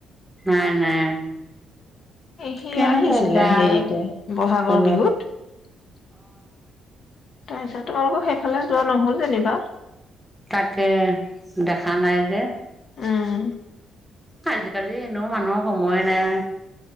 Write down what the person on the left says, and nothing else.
সি
আহিছিলে
হেৰিতে
বহাগৰ
বিহুত তাৰপিছত, তোমালোকৰ সেইফালে যোৱা নহল যেনিবা
উম